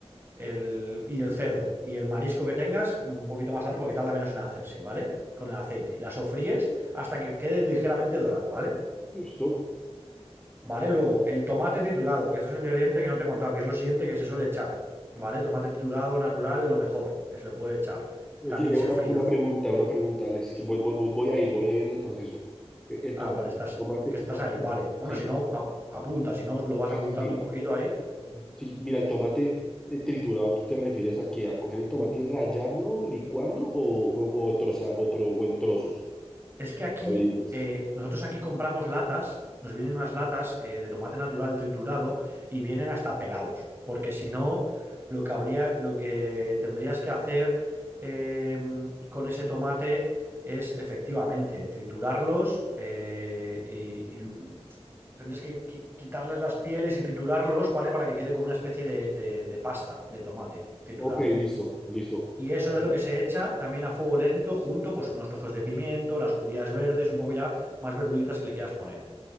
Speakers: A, on the right; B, in the centre.
A: el- y el cerdo y el marisco que tengas un poquito más tarde porque tarda menos en hacerse, ¿vale? Con el aceite. Y la sofríes hasta que quede ligeramente dorada, ¿vale?
B: Listo.
A: ¿Vale? Luego, el tomate triturado, que ese es un ingrediente que no te he contado, que es lo siguiente que se suele echar. ¿Vale? Tomate triturado natural, lo mejor que se le puede echar.
B: Oye,
A: También
B: eh,
A: se
B: una,
A: fría.
B: una pregunta, una pregunta, Alex, que voy, voy, voy voy ahí, voy ahí en el proceso. Eh, El
A: Ah,
B: tomate,
A: vale, estás,
B: el tomate,
A: que
B: el
A: estás
B: tomate,
A: ahí, vale. Bueno,
B: sí,
A: si no, ap- apunta, si no, lo vas
B: sí,
A: apuntando
B: sí, sí.
A: un poquito ahí
B: Sí, mira, el tomate eh, triturado, ¿tú te refieres a que ¿A coger el tomate y rallarlo, licuarlo o, o, o, troza- o tro- o en trozos,
A: Es que aquí,
B: cuadritos?
A: eh, nosotros aquí compramos latas, nos vienen unas latas eh, de tomate natural triturado y vienen hasta pelados, porque si no, lo que habría, lo que tendrías que hacer eh, con ese tomate es efectivamente triturarlos eh, y, y tendrías que qui- quitarles las pieles y triturarlos, ¿vale? Para que quede como una especie de de- de pasta de tomate triturado.
B: Ok, listo, listo.
A: Y eso
B: Ya, ya,
A: es lo que
B: ya.
A: se echa también a fuego lento junto pues con unos trozos de pimiento, las judías verdes, un poco ya más verduritas que le quieras poner.